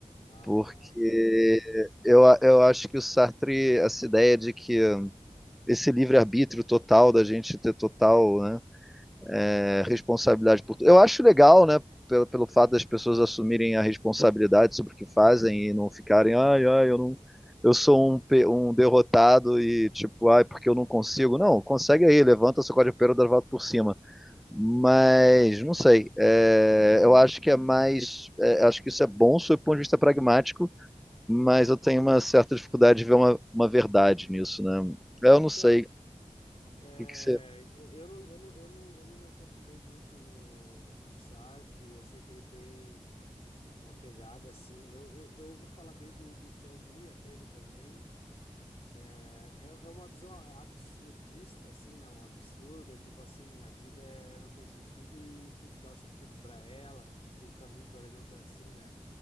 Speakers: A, on the left (about 55°); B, in the centre.
A: aham,
B: Porque
A: entendi.
B: eu, a- eu acho que o Sartre, essa ideia de que esse livre-arbítrio total, da gente ter total, né, é, responsabilidade por tudo. Eu acho legal, né, pelo, pelo fato das pessoas assumirem a responsabilidade sobre o que fazem e não ficarem, ai, ai, eu não, eu sou um, pe- um derrotado e tipo, ai, porque eu não consigo. Não, consegue aí, levanta, sacode a poeira, dá a volta por cima. Mas, não sei, é, eu acho que é mais, é, acho que isso é bom sob o ponto de vista pragmático mas eu tenho uma certa dificuldade de ver uma, uma verdade nisso, né? Eu
A: Então,
B: não sei o
A: É,
B: que que você.
A: eu não, eu não, eu não, eu não me aprofundei muito no, no Sartre, eu sei que ele tem uma pegada assim. Eu, eu, eu ouvi falar bem do, do Camus, aquele também. É, é, é uma visão absurdista, assim, né? Um absurdo, é tipo assim, a vida é, não tem sentido e tu que dá o sentido pra ela. O Camus, por exemplo, é assim, né?